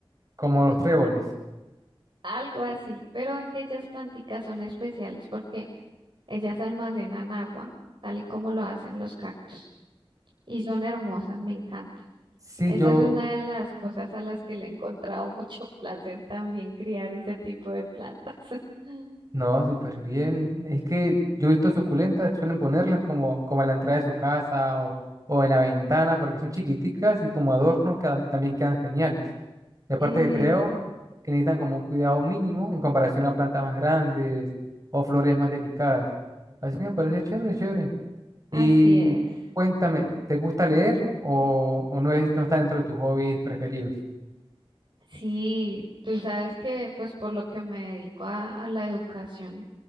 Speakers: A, on the right; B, on the right.
A: Como los tréboles.
B: algo así, pero aquellas planticas son especiales porque ellas almacenan agua, tal y como lo hacen los cactus, y son hermosas, me encantan.
A: Sí,
B: Esa
A: yo,
B: es una de las cosas a las que le he encontrado mucho <laughs> placer también, criar ese tipo de plantas. <laughs>
A: no, súper bien. Es que yo he visto suculentas, suelen ponerlas como, como en la entrada de su casa o, o en la ventana, porque son chiquiticas y como adornos quedan- también quedan geniales. Y aparte
B: Eso,
A: que creo que necesitan como un cuidado mínimo en comparación a plantas más grandes o flores más delicadas. Así que me parece chévere, chévere. Y
B: así es.
A: cuéntame, ¿te gusta leer o, o no es, no está dentro de tus hobbies preferidos?
B: Sí, tú sabes que pues por lo que me dedico a, a la educación,